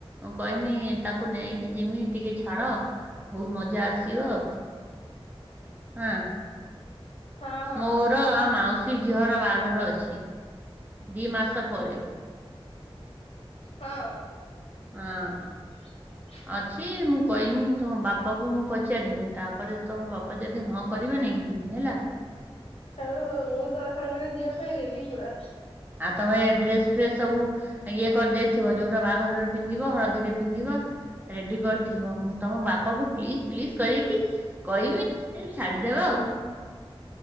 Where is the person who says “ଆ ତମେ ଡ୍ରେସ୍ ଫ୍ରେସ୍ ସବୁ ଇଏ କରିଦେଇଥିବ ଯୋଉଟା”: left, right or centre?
Right